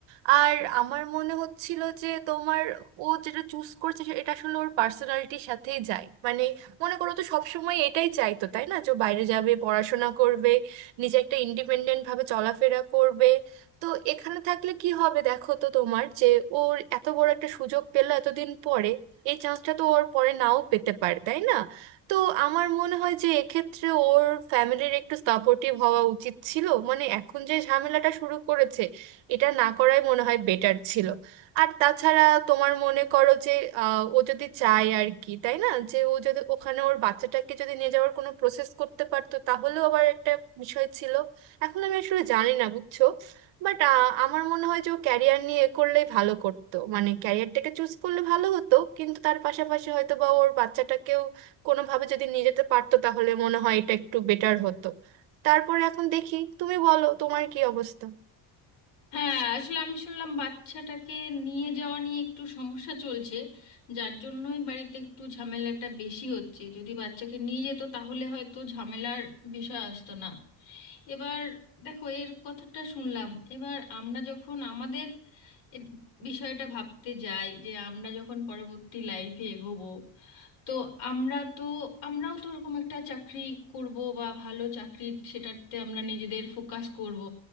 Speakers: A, on the right (about 80°); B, on the left (about 85°).
A: আর আমার মনে হচ্ছিল যে তোমার ও যেটা চুজ করছে সে- এটা আসলে ওর পার্সোনালিটির সাথেই যায় মানে মনে করো তো সবসময় এটাই চাইতো তাই না যে ও বাইরে যাবে পড়াশোনা করবে নিজে একটা ইন্ডিপেন্ডেন্ট ভাবে চলাফেরা করবে তো এখানে থাকলে কি হবে দেখো তো তোমার যে ওর এত বড় একটা সুযোগ পেলো এতদিন পরে এই চান্সটা তো ওর পরে নাও পেতে পারে তাই না তো আমার মনে হয় যে এক্ষেত্রে ওর ফ্যামিলির একটু সাপোর্টিভ হওয়া উচিত ছিল মানে এখন যে ঝামেলাটা শুরু করেছে এটা না করাই মনে হয় বেটার ছিল আর তাছাড়া তোমার মনে করো যে আহ, ও যদি চায় আর কি তাই না যে ও যদি ওখানে ওর বাচ্চাটাকে যদি নিয়ে যাওয়ার কোনো প্রসেস করতে পারতো তাহলেও আবার একটা বিষয় ছিল এখন আমি আসলে জানি না বুঝছো বাট আমার মনে হয় যে ও ক্যারিয়ার নিয়ে এ করলেই ভালো করতো মানে ক্যারিয়ারটাকে চুজ করলে ভালো হতো কিন্তু তার পাশাপাশি হয়তো বা ওর বাচ্চাটাকেও কোনোভাবে যদি নিয়ে যেতে পারতো তাহলে মনে হয় এটা একটু বেটার হতো তারপরে এখন দেখি তুমি বলো তোমার কি অবস্থা
B: হ্যাঁ আসলে আমি শুনলাম বাচ্চাটাকে নিয়ে যাওয়া নিয়ে একটু সমস্যা চলছে যার জন্যই বাড়িতে একটু ঝামেলাটা বেশি হচ্ছে যদি বাচ্চাকে নিয়ে যেত তাহলে হয়তো ঝামেলার বিষয় আসতো না এবার দেখো এর কথাটা শুনলাম এবার আমরা যখন আমাদের এর বিষয়টা ভাবতে যাই যে আমরা যখন পরবর্তী লাইফে এগোবো তো আমরা তো আমরাও তো ওরকম একটা চাকরি করব বা ভালো চাকরি সেটাতে আমরা নিজেদের ফোকাস করব